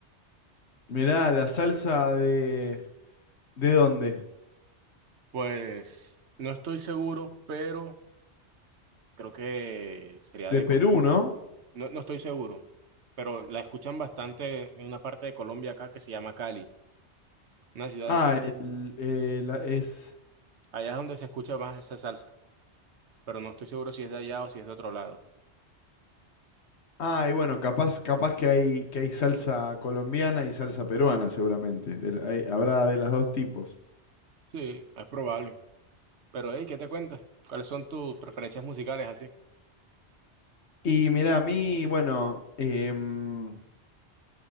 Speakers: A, on the left (about 70°); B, on the right (about 70°).
A: Mirá, la salsa de... ¿De dónde?
B: Pues no estoy seguro, pero creo que sería de
A: De Perú,
B: Costa.
A: ¿no?
B: No, no estoy seguro, pero la escuchan bastante en una parte de Colombia acá que se llama Cali, una ciudad,
A: Ah, el, eh, la- es.
B: allá es donde se escucha más esa salsa, pero no estoy seguro si es de allá o si es de otro lado.
A: Ah, y bueno, capaz, capaz que hay, que hay salsa colombiana y salsa peruana, seguramente. de la- hay- habrá de los dos tipos.
B: Sí, es probable. Pero, hey, ¿qué te cuentas? ¿Cuáles son tus preferencias musicales así?
A: Y mirá, a mí, bueno, em,